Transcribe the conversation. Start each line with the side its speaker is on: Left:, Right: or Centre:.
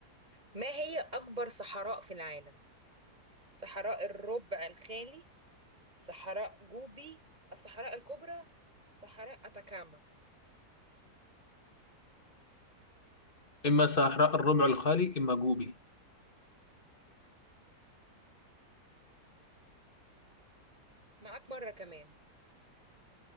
Right: ما هي أكبر صحراء في العالم صحراء الربع الخالي صحراء جوبي الصحراء الكبرى صحراء أتاكاما
Left: إما صحراء الربع الخالي إما جوبي
Right: معاك مرة كمان